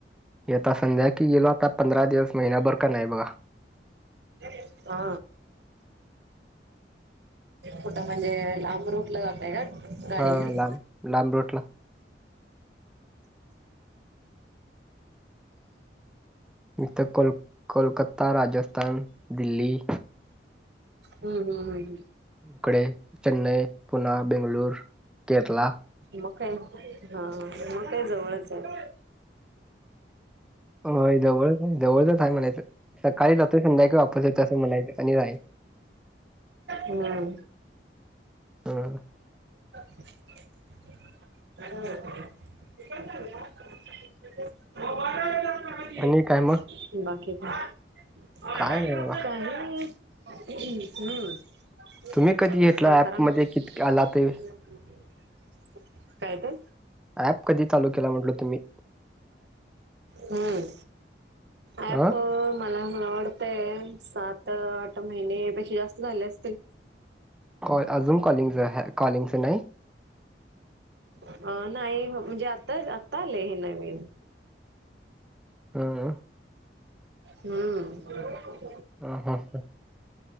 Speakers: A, in the centre; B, on the right (about 70°).
A: येता संध्या कि गेलो आता पंधरा दिवस महिना्याभर का नाही बघा.
B: हा कुठं म्हणजे लांब रूट ला जातय का? गाडी
A: हा
B: घेऊन
A: लांब लांब रूटला तर कोल कोलकत्याच्या राजस्थान दिल्ली..
B: हम्म हम्म हम् हम्.
A: इकडे चेन्नई, पुना, बेंगलूर, केरला...
B: म काय हा म काय जवळच आहे.
A: होय जवळच आहे जवळच आहे म्हणायचं सकाळी लावतो संध्या किवा वापस येतो असं म्हणायचं आणि राय..
B: हम्.
A: हा.
B: रिकामा ऑडिओ रिकामा ऑडिओ बाकी.
A: आणि काय मग
B: काही
A: काय नाही बघा
B: नाही हमम.
A: तुम्ही कधी घेतला ऍप मध्ये
B: <inaudible>
A: कित आला ते
B: काय ते?
A: ऍप कधी चालू केला म्हटल तुम्ही?
B: हम्म. ऐप
A: अ
B: मला लोड.. ते सात आठ महिने पेक्षा जास्त झाले असतील.
A: कॉल अजून कॉलिंग आहे कॉलिंगच नाही.
B: अ नाही म्हणजे आता आता आले हे नवीन.
A: हम्म
B: हम्म.
A: ह हा हा.